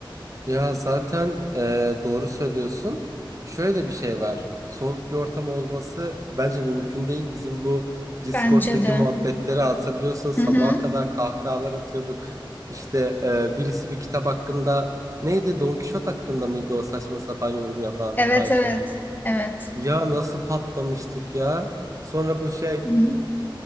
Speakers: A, on the right (about 40°); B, on the left (about 20°).
A: Ya zaten e, doğru söylüyorsun. Şöyle de bir şey var. Soğuk bir ortam olması bence mümkün değil. Bizim bu Discord'daki
B: Bence de.
A: muhabbetleri hatırlıyorsun. Sabaha
B: Hı hı.
A: kadar kahkahalar atıyorduk. İşte e, birisi bir kitap hakkında neydi? Don Kişot hakkında mıydı o saçma sapan yorum yapan
B: Evet
A: Ayşe?
B: evet. Evet.
A: Ya nasıl patlamıştık ya? Sonra bu şey
B: Hı hı.